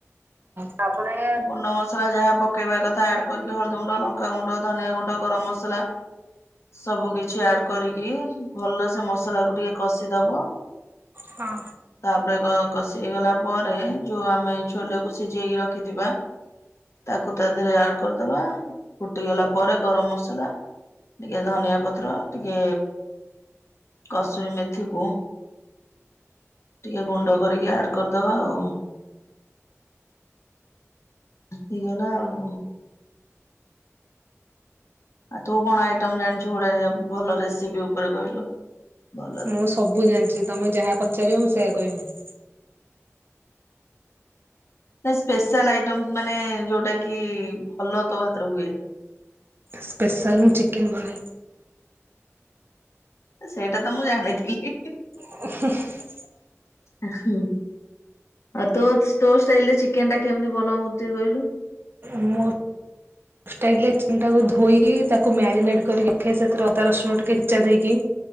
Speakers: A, on the right (about 45°); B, on the left (about 60°).
A: ତାପରେ
B: ଗୁଣ୍ଡ ମସଲା ଯାହା ପକେଇବା କଥା ଆଡ଼ କରିକି ହଳଦୀ ଗୁଣ୍ଡ ଲଙ୍କା ଗୁଣ୍ଡ ଧନିଆ ଗୁଣ୍ଡ ଗରମ ମସଲା ସବୁ କିଛି ଆଡ଼ କରିକି ଭଲ ସେ ମସଲା କୁ ଟିକେ କଷିଦବ।
A: ହଁ।
B: ତାପରେ ଗ କଷି ହେଇଗଲା ପରେ ଯୋଉ ଆମେ ଛୋଲେକୁ ସିଝେଇକି ରଖ ରଖିଥିବା ତାକୁ ତା ଦେହରେ ଆଡ଼ କରିଦବା ଫୁଟିଗଲା ପରେ ଗରମ ମସଲା ଟିକେ ଧନିଆ ପତ୍ର ଟିକେ କସ୍ତୁରୀ ମେଥିକୁ ଟିକେ ଗୁଣ୍ଡ କରିକି ଆଡ଼ କରିଦବା ଆଉ ହେଇଗଲା ଆଉ। ଆଉ ତୁ କଣ ଆଇଟମ ଜାଣିଛୁ ଗୋଟେ ଯ ଭଲ ରେସିପି ଉପରେ କହିଲୁ। ଭଲ
A: ମୁଁ ସବୁ ଜାଣିଛି ତମେ ଯାହା ପଚାରିବ ମୁଁ ସେଇଆ କହିବି।
B: ନାଇଁ ସ୍ପେଶାଲ ଆଇଟମ ମାନେ ଯୋଉଟା କି ଭଲ ତୋ ହାତରେ ହୁଏ।
A: ସ୍ପେଶାଲ ମୁଁ ଚିକେନ ବନାଏ।
B: ସେଇଟା ତ ମୁଁ ଜାଣିଥିଲି।
A: <unintelligible>
B: ଆ ହଁ। ଆଉ ତୋ ତୋ ଷ୍ଟାଇଲ ରେ ଚିକେନ ଟା କେମିତି ବନାଉ ମତେ ଟିକେ କହିଲୁ।
A: ମୁଁ ଷ୍ଟାଇଲରେ ଚିକେନ ଟାକୁ ଧୋଇଲି ତାକୁ ମ୍ୟାରିନେଟ କରିକି ଫେରେ ସେଥିରେ ଅଦା ରସୁଣ ଛେଚା ଦେଇକି